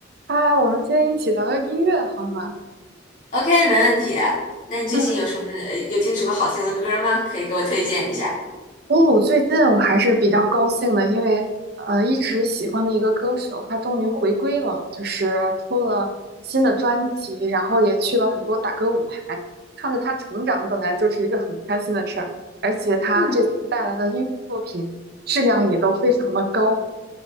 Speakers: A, on the right (about 55°); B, on the left (about 40°).
A: 嗨，我们今天一起聊聊音乐好吗？
B: OK，没问题。那你最近有什么呃有听什么好听的歌吗？
A: 嗯，
B: 可以给我推荐一下。
A: 哦，最近我还是比较高兴的，因为呃，一直喜欢的一个歌手，他终于回归了，就是出了新的专辑，然后也去了很多打歌舞台，看着他成长本来就是一个很开心的事儿，而且他这次带来的音乐作品质量也都非常的高。
B: 嗯